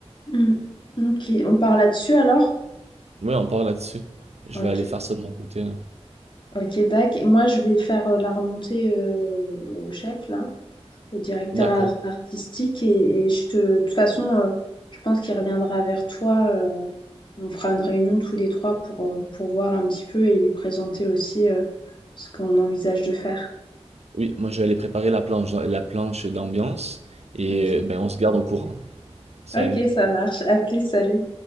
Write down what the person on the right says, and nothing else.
Oui, on part là-dessus. Je
vais aller faire ça de mon côté. hein.
D'accord.
Oui, moi je vais aller préparer la planche, la planche d'ambiance et
euh, ben on se garde au courant. Salut.